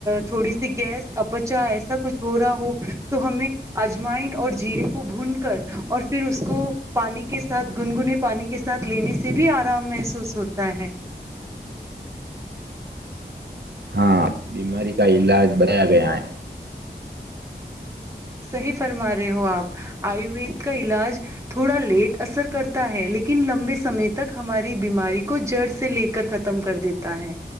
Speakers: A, on the right; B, on the right.
A: تھوڑی سی گیس اپچا ایسا کچھ ہو رہا ہو تو ہمیں اجمائن اور جیرے کو بھون کر اور پھر اس کو پانی کے ساتھ گنگنے پانی کے ساتھ لینے سے بھی آرام محسوس ہوتا ہے
B: ہاں بیماری کا علاج بنایا گیا ہے
A: سحی فرما رہے ہو آپ آیوروید کا علاج تھوڑا لیٹ اثر کرتا ہے لیکن لمبے سمے تک ہماری بیماری کو جڑ سے لے کر ختم کر دیتا ہے